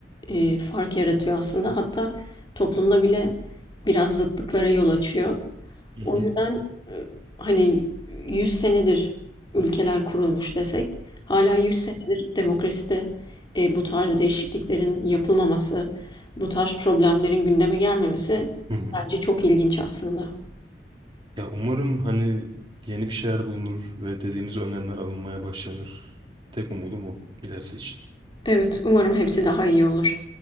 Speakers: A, on the left (about 25°); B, on the right (about 25°).
A: e, fark yaratıyor aslında. Hatta toplumda bile biraz zıtlıklara yol açıyor.
B: Hı
A: O
B: hı.
A: yüzden e, hani 100 senedir ülkeler kurulmuş desek hala 100 senedir demokraside e, bu tarz değişikliklerin yapılmaması, bu tarz problemlerin gündeme gelmemesi
B: Evet.
A: bence çok ilginç aslında.
B: Ya umarım hani yeni bir şeyler bulunur ve dediğimiz önlemler alınmaya başlanır. Tek umudum o ilerisi için.
A: Evet, umarım hepsi daha iyi olur.